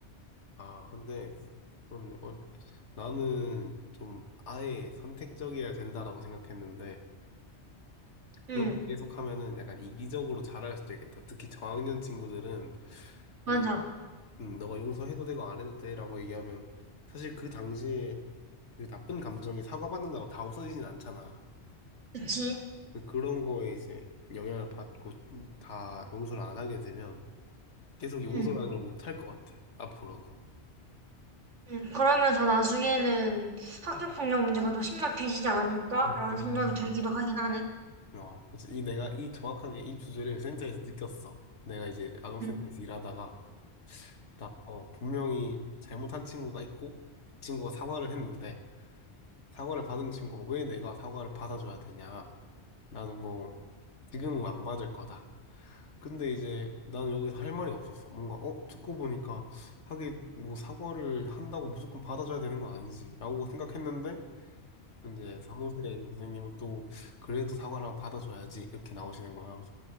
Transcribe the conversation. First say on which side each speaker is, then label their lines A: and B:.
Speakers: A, on the left (about 80°); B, on the right (about 85°).
A: 아, 근데, 그런데, 어, 나는 좀 아예 선택적이어야 된다라고 생각했는데,
B: 응
A: 그렇게 계속하면은 약간 이기적으로 자할 수도 있겠다. 특히 저학년 친구들은,
B: 맞아.
A: 우리가, 음, 너가 용서해도 되고 안 해도 돼라고 얘기하면, 사실 그 당시에 그 나쁜 감정이 사과받는다고 다 없어지진 않잖아.
B: 그치?
A: 근데 그런 거에 이제 영향을 받고 다 용서를 안 하게 되면 계속 용서라는
B: 응
A: 걸 못할 것 같아. 앞으로도.
B: 응 그러면서 나중에는 학교폭력 문제가 더 심각해지지 않을까라는
A: 음.
B: 생각이 들기도 하긴 하네.
A: 어, 그래서 이 내가 이 정확하게 이 주제를 센터에서 느꼈어. 내가 이제
B: 응응응응응응응응응응응응응응응응응응
A: 아동센터에서 일하다가 딱 어, 분명히 잘못한 친구가 있고 이 친구가 사과를 했는데 사과를 받은 친구가 왜 내가 사과를 받아줘야 되냐? 나는 뭐 지금은 안 받을 거다. 근데 이제 난 여기서 할 말이 없었어. 뭔가 어 듣고 보니까 하긴 뭐 사과를 한다고 무조건 받아줘야 되는 건 아니지라고 생각했는데 이제 사무실에 있는 선생님은 또 그래도 사과를 한번 받아줘야지 이렇게 나오시는 거야. 그래서